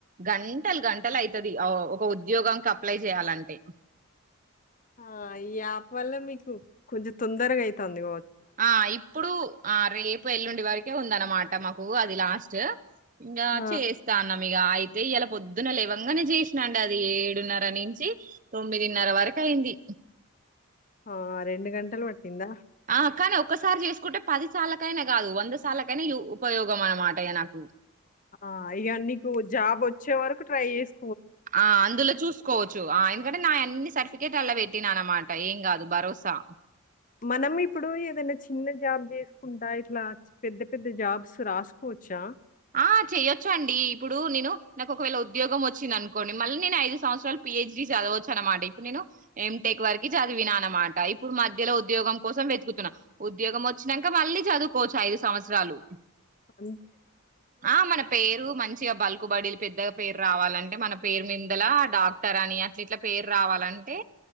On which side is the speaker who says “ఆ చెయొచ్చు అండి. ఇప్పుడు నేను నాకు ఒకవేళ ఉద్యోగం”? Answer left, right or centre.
Right